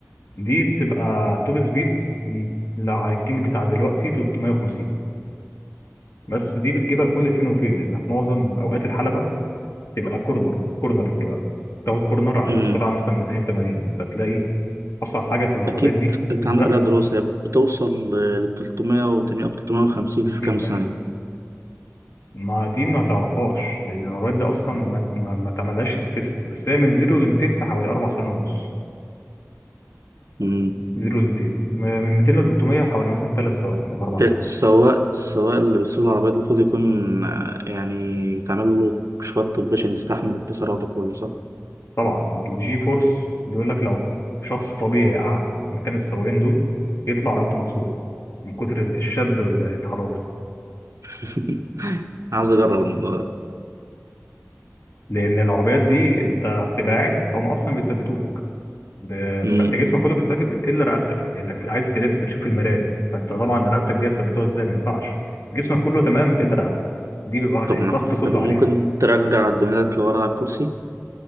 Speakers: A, on the left (about 65°); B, on the right (about 85°).
A: دي بتبقى توب سبيد م، لو على الجيل بتاع دلوقتي 350 بس دي بتجيبها كل فين وفين لان في معظم اوقات الحلبه تبقى كورنر كورنر بقى تاخد كورنر على
B: امم
A: السرعه مثلا 280 فتلاقي اصعب حاجه في العربيات
B: أكيد
A: دي
B: اتعملت
A: الزقه
B: عليها دراسة هي بتوصل ل 300 و 800 أو 350
A: 50
B: في كام
A: تقريبا
B: ثانية
A: ما دي ما تعرفهاش لان العربيات دي اصلا ما ما ما تعملهاش تيست بس هي من 0 ل 200 في حوالي اربع سنين ونص
B: امم
A: 0 ل 200 م- من 200 ل 300 حوالي مثلا 3 ثواني ولا 4 ثواني
B: ده سواء سواء اللي بيسوق العربية دي المفروض يكون آه، يعني تعمل له كشوفات طبية عشان يستحمل التسارع ده كله صح؟
A: طبعا الجي فورس بيقول لك لو شخص طبيعي قعد مكان السواقين دول يطلع رقبته مكسوره من كتر الشد واللي هيتحرك له.
B: <laughs> عاوز أجرب الموضوع ده
A: لان العربيات دي انت بتبقى قاعد هم اصلا بيثبتوا لك ب...
B: امم
A: فانت جسمك كله بيتثبت الا رقبتك لانك عايز تلف تشوف المرايه فانت طبعا رقبتك دي ثبتوها ازاي ما ينفعش جسمك كله تمام الا رقبتك دي بيبقى الضغط
B: طب ما
A: كله
B: طب ممكن
A: عليها
B: ترجع الدماغ لورا على الكرسي